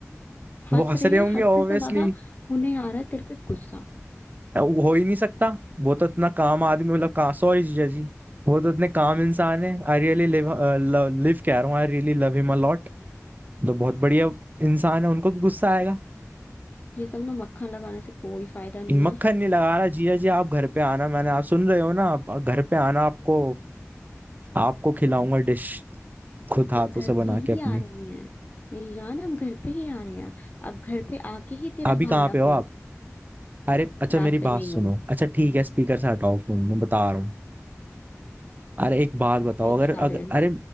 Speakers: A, on the right; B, on the left.
A: वो
B: हंस
A: हंस
B: रहे
A: रहे
B: हैं
A: होंगे
B: हंसने
A: ऑब्वियसली
B: से ज्यादा उन्हें आ रहा है तेरे पे गुस्सा
A: हो ही नहीं सकता वो तो इतना काम आदमी मतलब का सॉरी जीजा जी वो तो इतने काम इंसान है आई रियली लिव लिव कह रहा हूँ I really love him a lot तो बहुत बढ़िया इंसान है उनको तो गुस्सा आएगा
B: ये सब ना मक्खन लगाने से कोई फायदा नहीं
A: मक्खन
B: है
A: नहीं लगा रहा जिया जी आप घर पे आना मैंने आप सुन रहे हो ना आप घर पे आना आपको आपको खिलाऊंगा डिश खुद हाथों
B: हम घर
A: से बना
B: पे ही
A: के अपनी
B: आ रहे हैं मेरी जान हम घर पे ही आ रहे हैं अब घर पे आके ही तेरा
A: अभी कहाँ
B: भांडा
A: पे हो
B: फोड़ू
A: आप अरे अच्छा
B: रास्ते
A: मेरी बात
B: में ही
A: सुनो
B: हो
A: अच्छा ठीक है स्पीकर से हटाओ फोन मैं बता रहा हूँ अरे एक बात बताओ
B: यही
A: अगर
B: बता
A: अगर
B: दे
A: अरे